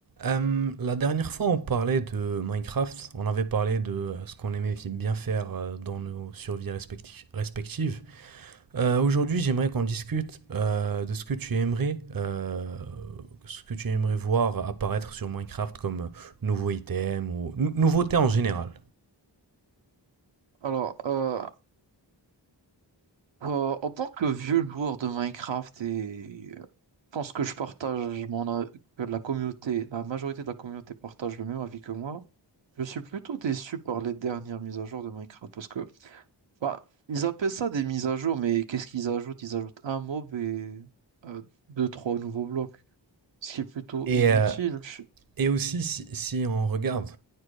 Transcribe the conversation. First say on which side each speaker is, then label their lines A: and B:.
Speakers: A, on the right; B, on the right.
A: Euh, la dernière fois, on parlait de Minecraft. On avait parlé de euh, ce qu'on aimait fi- bien faire euh, dans nos survies respecti- respectives. Euh, aujourd'hui, j'aimerais qu'on discute euh, de ce que tu aimerais, euh, ce que tu aimerais voir apparaître sur Minecraft comme euh, nouveau item ou nou- nouveauté en général.
B: Alors, euh, euh, en tant que vieux joueur de Minecraft, et euh, je pense que je partage mon a- que la communauté, la majorité de la communauté partage le même avis que moi. Je suis plutôt déçu par les dernières mises à jour de Minecraft parce que bah, ils appellent ça des mises à jour, mais qu'est-ce qu'ils ajoutent? Ils ajoutent un mob et euh, deux, trois nouveaux blocs, ce qui est plutôt
A: Et,
B: inutile.
A: euh,
B: Je-
A: et aussi, si, si on regarde